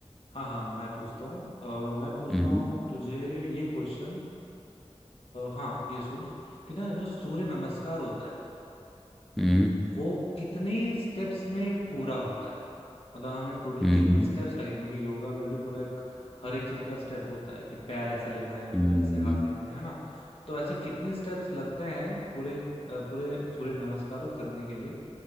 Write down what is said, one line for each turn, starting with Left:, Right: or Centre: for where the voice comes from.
Left: हाँ हाँ मैं पूछता हूँ अ, मैं पूछता
Centre: हम्म
Left: हूँ तुझे ये क्वेश्चन हाँ ये सुन कि ना जो सूर्य नमस्कार होता है
Centre: हम्म
Left: वो कितने स्टेप्स में पूरा होता है मतलब हमें टोटल
Centre: हम्म
Left: कितने स्टेप्स लगे क्योंकि योगा में भी पूरा एक हर एक चीज का स्टेप होता है कि पैर ऐसे लेना है फिर
Centre: हम्म
Left: ऐसे हाथ लेना है है ना तो ऐसे कितने स्टेप्स लगते हैं पूरे अ, पूरे सूर्य नमस्कारों करने के लिए